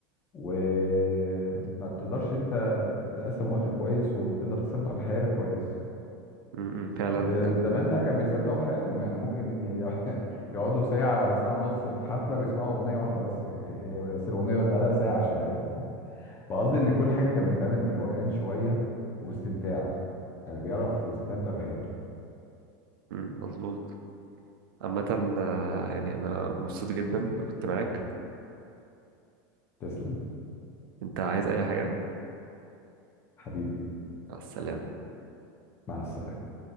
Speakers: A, on the left (about 20°); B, on the right (about 85°).
A: وما بتقدرش انت تتقسم وقتك كويس وتقدر تستمتع بحياتك كويس
B: امم فعلا
A: آه، زمان ده كان بيستمتعوا بحياتهم يعني ممكن ي- <laughs> يقعدوا ساعه ولا ساعه ونص في حفله بيسمعوا اغنيه واحده بس هي- هي- بس الاغنيه بقى لها ساعه شغاله فقصدي ان كل حاجه كانت بتتعمل بروقان شويه وباستمتاع يعني بيعرف يستمتع بحياته
B: مم، مظبوط عامة آه، يعني أنا مبسوط جدا إن كنت معاك
A: تسلم
B: انت عايز اي حاجة
A: حبيبي
B: مع السلامة
A: مع السلامه